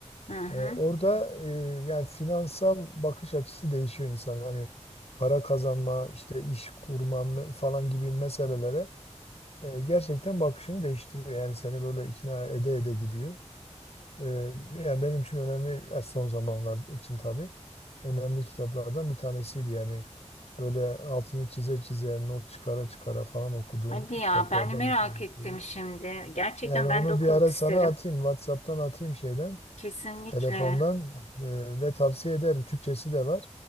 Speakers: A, on the left; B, on the left.
A: Hı hı.
B: Ee, orada e, yani finansal bakış açısı değişiyor insan. Hani para kazanma, işte iş kurma me- falan gibi meselelere e, gerçekten bakışını değiştiriyor. Yani seni böyle ikna ede ede gidiyor. Ee, yani benim için önemli e, son zamanlar için tabii önemli kitaplardan bir tanesiydi yani böyle altını çize çize not çıkara çıkara falan okuduğum
A: Hadi ya
B: kitaplardan
A: ben de merak
B: bir tanesiydi.
A: ettim şimdi. Gerçekten
B: Yani onu
A: ben de okumak
B: bir ara
A: isterim.
B: sana atayım WhatsApp'tan atayım şeyden
A: Kesinlikle.
B: telefondan e, ve tavsiye ederim Türkçesi de var.